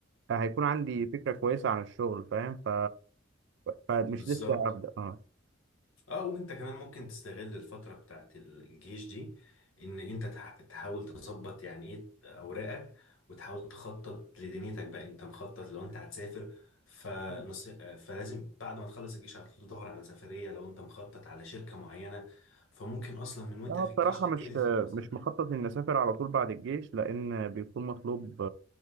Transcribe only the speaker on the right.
آه، هيكون عندي
فكرة كويسة عن الشغل فاهم ف... فمش
لسه هبدأ أه
مم.
لا
بصراحة
مش
مش
مخطط إني أسافر على طول بعد الجيش لأن بيكون مطلوب